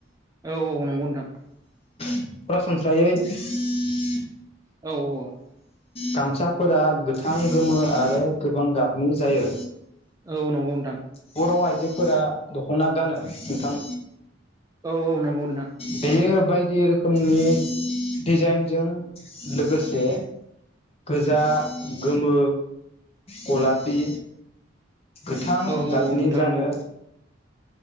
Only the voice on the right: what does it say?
औ औ नंगौ नोंथां
औ औ
औ नंगौ नोंथां
औ औ नंगौ नोंथां
औ औ
औ नोंथां
नंगौ